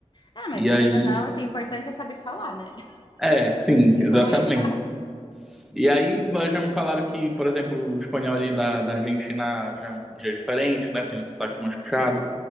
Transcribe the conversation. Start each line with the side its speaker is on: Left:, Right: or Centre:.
Left: Ah, mas
Centre: E
Left: querendo
Centre: aí,
Left: ou não, assim, o importante é saber falar, né? <laughs>
Centre: é, sim,
Left: Se
Centre: exatamente.
Left: comunicar.
Centre: E aí mas já me falaram que, por exemplo, o espanhol ali da, da Argentina já, já é diferente, né? Tem um sotaque mais puxado.